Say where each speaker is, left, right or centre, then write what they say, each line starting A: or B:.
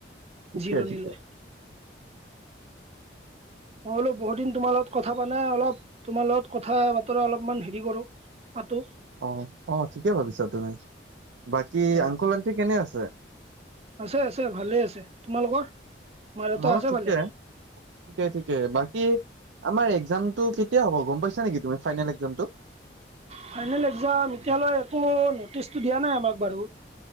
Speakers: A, on the right; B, on the right.
A: ঠিকে
B: জিৰণি
A: ঠিকে
B: লৈ। মই বোলো বহুত দিন তোমাৰ লগত কথা পাই নাই অলপ তোমাৰ লগত কথা বতৰা অলপমান হেৰি কৰো। পাতো।
A: অ অ ঠিকে ভাবিছা তুমি। বাকী
B: অ
A: আংকল-আন্টি কেনে আছে?
B: আছে আছে ভালে আছে তোমালোকৰ মা দেউতা
A: মোৰ
B: আছে
A: ঠিকে
B: ভালে
A: ঠিকে ঠিকে বাক কী আমাৰ একজামটো কেতিয়া হ'ব গম পাইছা নেকি তুমি ফাইনেল একজামটো?
B: ফাইনেল একজাম এতিয়ালৈ একো নটিচটো দিয়া নাই আমাক বাৰু।